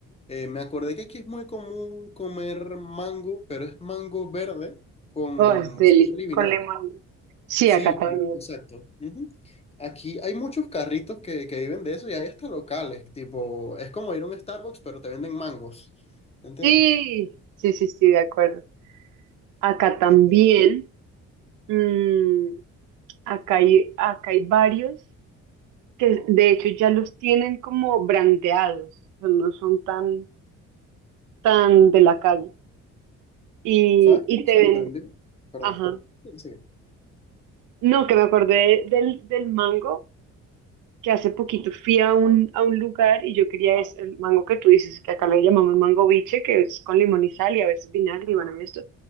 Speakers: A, on the left; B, on the right.
A: eh, me acordé que aquí es muy común comer mango, pero es mango verde con
B: Oh, es deli,
A: sal y vinagre.
B: con limón. Sí,
A: Sí,
B: acá también.
A: con- exacto. Ujú. Aquí hay muchos carritos que, que viven de eso y hay hasta locales, tipo, es como ir a un Starbucks, pero te venden mangos, ¿entiendes?
B: Sí, sí, sí, sí, de acuerdo. Acá también,
A: Eh,
B: mm, acá hay, acá hay varios que de hecho ya los tienen como brandeados, o sea, no son tan, tan de la calle. Y,
A: ¿Sabes
B: y
A: qué me
B: te
A: sorprende?
B: ven,
A: Perdón.
B: ajá.
A: Sí.
B: No, que me acordé del, del mango, que hace poquito fui a un, a un lugar y yo quería es el mango que tú dices, que acá le llamamos mango biche, que es con limón y sal y a veces vinagre y bueno, y esto.